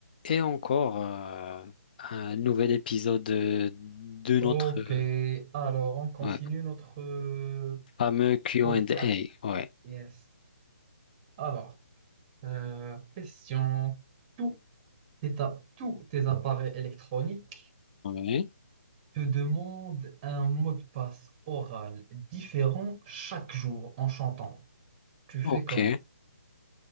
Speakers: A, on the left; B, on the right.
A: Et encore euh, un nouvel épisode de, de notre
B: Ok,
A: euh,
B: alors on continue
A: ouais,
B: notre euh,
A: fameux Q
B: podcast.
A: and A. Ouais.
B: Yes. Alors, euh, question. Tous tes, ta- tous tes appareils électroniques
A: Ouais.
B: te demandent un mot de passe oral différent chaque jour en chantant. Tu fais
A: Ok.
B: comment?